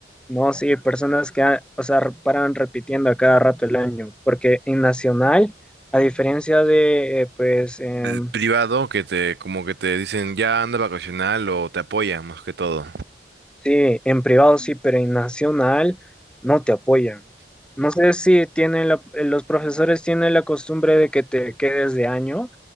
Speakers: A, in the centre; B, on the right.
A: no, sí, personas que, ha- o sea, re- paran repitiendo a cada rato el año. Porque en nacional, a diferencia de, eh, pues, em,
B: El privado que te, como que te dicen ya anda vacacional o te apoyan más que todo.
A: Sí, en privado sí, pero en nacional no te apoyan. No sé si tienen la- los profesores tienen la costumbre de que te quedes de año